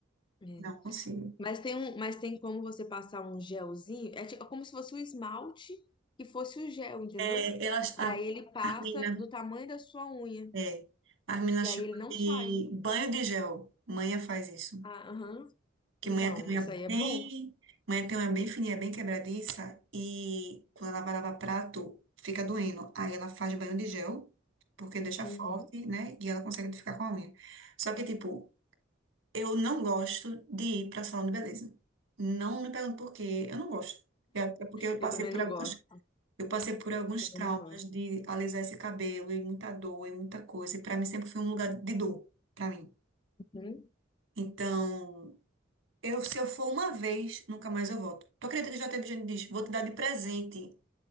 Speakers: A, on the left (about 25°); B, on the right (about 75°).
A: É.
B: não consigo.
A: Mas tem um, mas tem como você passar um gelzinho, é tipo- é como se fosse o esmalte que fosse o gel, entendeu?
B: É, elas,
A: E
B: a,
A: aí ele passa
B: a mina,
A: do tamanho da sua unha,
B: é, a mina
A: e
B: chama
A: aí ele não
B: de
A: sai.
B: banho de gel. Manha faz isso.
A: Ah, aham.
B: Que
A: Então,
B: mulher tem unha
A: isso aí é
B: bem,
A: bom.
B: mulher tem unha bem fininha, bem quebradiça e quando ela vai lavar prato, fica doendo. Aí ela faz banho de gel, porque deixa
A: Uhum.
B: forte, né? E ela consegue ficar com a unha. Só que, tipo, eu não gosto de ir pra salão de beleza. Não me pergunto por quê, eu não gosto. É é porque eu
A: Eu
B: passei
A: também
B: por
A: não
B: algumas,
A: gosto.
B: eu passei por alguns
A: Eu também
B: traumas
A: não gosto.
B: de alisar esse cabelo e muita dor e muita coisa. E pra mim sempre foi um lugar de dor, pra mim.
A: Uhum.
B: Então, Eu, se eu for uma vez, nunca mais eu volto. Tu acredita que já teve gente que diz, vou te dar de presente